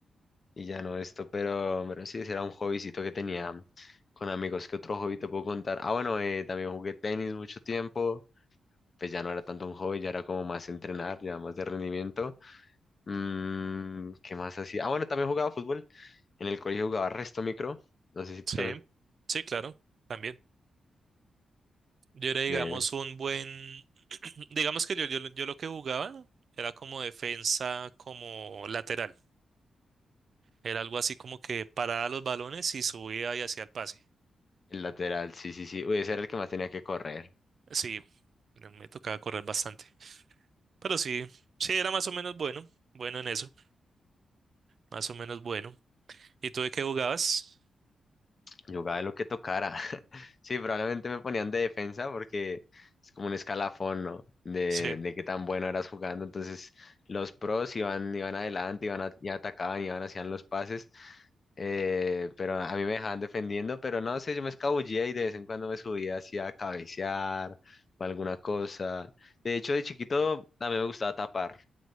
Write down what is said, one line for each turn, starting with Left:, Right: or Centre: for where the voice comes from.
Left: y ya no esto, pero, pero sí, ese era un hobbycito que tenía mm, con amigos. ¿Qué otro hobby te puedo contar? Ah, bueno, eh, también jugué tenis mucho tiempo. Pues ya no era tanto un hobby, ya era como más entrenar, ya más de rendimiento. Mm, ¿qué más hacía? Ah, bueno, también jugaba fútbol. En el colegio jugaba resto micro. No sé si tú
Right: sí,
Left: también.
Right: sí, claro, también. Yo era, digamos,
Left: Bien.
Right: un buen, <clears throat> digamos que yo, yo, lo- yo lo que jugaba ¿no? era como defensa, como lateral. Era algo así como que paraba los balones y subía y hacía el pase.
Left: El lateral, sí, sí, sí. Uy, ese era el que más tenía que correr.
Right: Sí, me tocaba correr bastante. Pero sí, sí, era más o menos bueno, bueno en eso, más o menos bueno. ¿Y tú de qué jugabas?
Left: Jugaba de lo que tocara. <laughs> Sí, probablemente me ponían de defensa porque es como un escalafón, ¿no? De,
Right: Sí,
Left: de qué tan bueno eras jugando. Entonces, los pros iban, iban adelante, iban a- y atacaban, iban, hacían los pases. Eh, pero a mí me dejaban defendiendo, pero no sé, yo me escabullía y de vez en cuando me subía así a cabecear o alguna cosa. De hecho, de chiquito a mí me gustaba tapar,